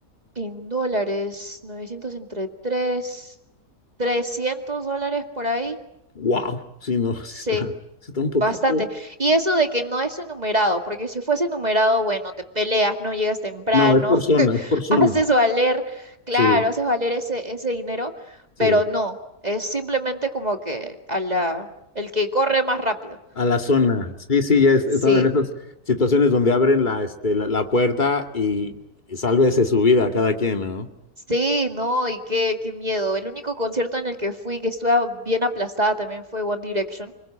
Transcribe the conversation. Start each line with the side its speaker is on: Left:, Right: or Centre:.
Right: En dólares, 900 entre 3 300 dólares por ahí.
Left: Wow. Sí, no, <laughs> sí
Right: Sí,
Left: está. Sí está un poquito.
Right: bastante. Y eso de que no es enumerado, porque si fuese enumerado, bueno, te peleas, no llegas temprano,
Left: No, es por zona,
Right: <laughs>
Left: es por zona.
Right: haces valer, claro,
Left: Sí,
Right: haces valer ese, ese dinero,
Left: sí.
Right: pero no, es simplemente como que a la, el que corre más rápido.
Left: A la zona. Sí, sí, ya he estado
Right: Sí.
Left: en esas situaciones donde abren la, este, la, la puerta y, y sálvese su vida a cada quien, ¿no?
Right: Sí, no, y qué, qué miedo. El único concierto en el que fui que estuve bien aplastada también fue One Direction